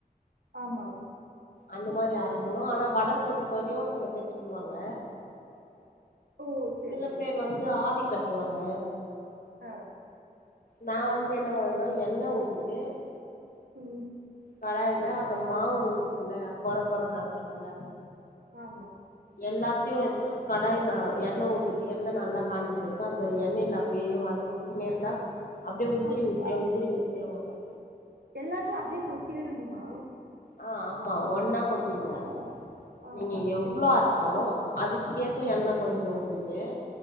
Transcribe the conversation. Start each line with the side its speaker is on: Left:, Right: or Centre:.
Right: ஆமா ஆமா
Left: அந்த மாரி அரைக்கணும் ஆனா வடை சுட்ற மாதிரியு சில பேர் சுடுவாங்க
Right: ஓ சேரி
Left: சில
Right: சேரி
Left: பேர்
Right: ஆமா
Left: வந்து ஆவி கட்டுவாங்க
Right: ஆ
Left: நா வந்து என்ன பண்ணுவனா எண்ண ஊத்திட்டு
Right: ம்
Left: கடாயில அந்த மாவு இருக்குல கொரகொரன்னு அரச்சோல்ல
Right: ஆமா
Left: எல்லாத்தையும் எத்து கடாயில எண்ண ஊத்திட்டு எண்ண நல்லா காஞ்ச பிறகு அந்த எண்ணய்ல அப்டியே வதக்கினே இருந்தா அப்டியே உதிரி
Right: அப்டியா
Left: உதிரியா உதிரி உதிரியா வரு
Right: எல்லாத்தையும் அப்டியே கொத்தி விடணும் மா
Left: ஆ ஆமா ஒன்னா கொட்டிடுங்க
Right: ஆ ஆ
Left: நீங்க
Right: ஆ
Left: எவ்ளோ
Right: சேரி
Left: அரச்சாலு அதுக்கேத்த எண்ண கொஞ்சோ ஊத்திட்டு